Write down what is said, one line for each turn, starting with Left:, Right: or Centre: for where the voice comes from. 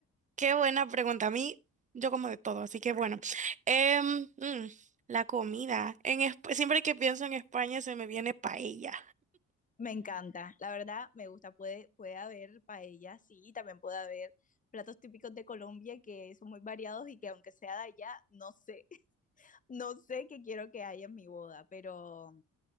Right: Qué buena pregunta. A mí, yo como de todo, así que bueno. Em, mm, la comida. En, Esp- siempre que pienso en España se me viene paella.
Left: Me encanta, la verdad, me gusta, puede, puede haber paella, sí, y también puede haber platos típicos de Colombia que son muy variados y que aunque sea de allá, no sé, <laughs> no sé qué quiero que haya en mi boda, pero